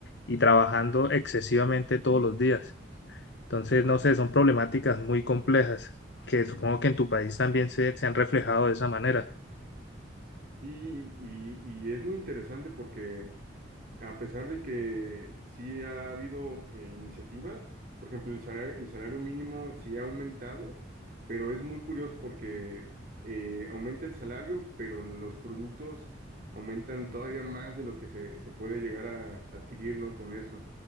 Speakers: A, on the left; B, on the right.
A: y trabajando excesivamente todos los días. Entonces, no sé, son problemáticas muy complejas que supongo que en tu país también se, se han reflejado de esa manera.
B: Sí, y, y es muy interesante porque A pesar de que sí ha habido eh, iniciativas, por ejemplo, el salario, el salario mínimo sí ha aumentado, pero es muy curioso porque eh, aumenta el salario, pero los productos aumentan todavía más de lo que se, se puede llegar a adquirir, ¿no? Con eso.